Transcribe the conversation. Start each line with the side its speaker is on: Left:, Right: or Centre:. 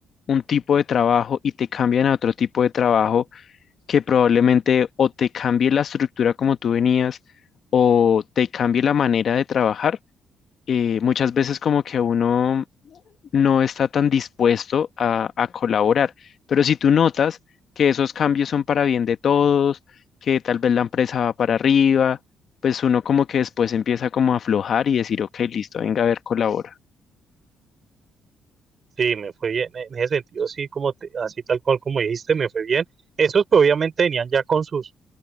Left: un tipo de trabajo y te cambian a otro tipo de trabajo. que probablemente o te cambie la estructura como tú venías o te cambie la manera de trabajar, eh, muchas veces como que uno no está tan dispuesto a, a colaborar. Pero si tú notas que esos cambios son para bien de todos, que tal vez la empresa va para arriba, pues uno como que después empieza como a aflojar y decir, ok, listo, venga a ver, colabora.
Right: sí, me fue bien. En ese sentido, sí, como te- así tal cual como dijiste, me fue bien. Esos pues, obviamente venían ya con sus,